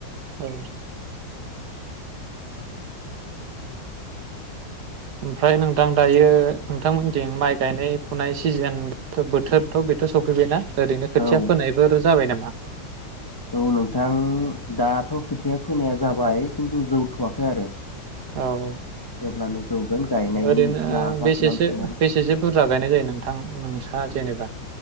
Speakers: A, on the right; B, on the left.
A: औ ओमफ्राय नोंथां दायो नोंथांमोनथिं माइ गायनाय फुनाय सिजोन बोथोरथ बेथ सफैबायना ओरैनो खोथिया
B: औ
A: फोनायफोर जाबाय नामा बा
B: औ नोंथां दाथ खोथाया फोनाया जाबाय खिन्थु जौथवाखै आरो
A: औ
B: अब्लानो जौगोन गायनायनि
A: ओरैनो
B: लाहफा
A: बेसेसो
B: खालामसै आरो
A: बेसेसो बुरजा गायनाय जायो नोंथां नोंस्रा जेनेबा